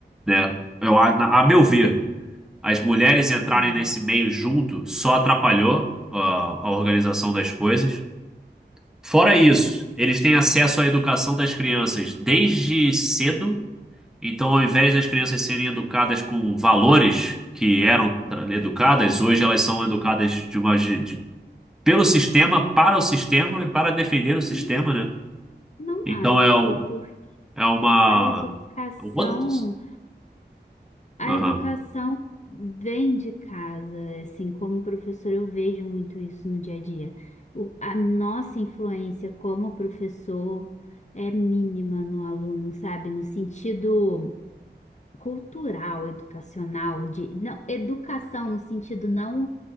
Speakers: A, in the centre; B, on the left.
A: né? Eu, a, na- a meu ver, as mulheres entrarem
B: Ah,
A: nesse meio junto só atrapalhou ah, a organização das coisas. Fora isso, eles têm acesso à educação das crianças desde cedo, então ao invés das crianças serem educadas com valores que eram tra- educadas, hoje elas são educadas de uma, ge- de- pelo sistema, para o sistema e para defender o sistema,
B: hum,
A: né?
B: não
A: Então
B: acho,
A: é um,
B: porque
A: É uma.
B: a educação
A: outros
B: A
A: Aham.
B: educação vem de casa, assim, como professor eu vejo muito isso no dia a dia. O- a nossa influência como professor é mínima no aluno, sabe? No sentido cultural, educacional, de, não, educação no sentido não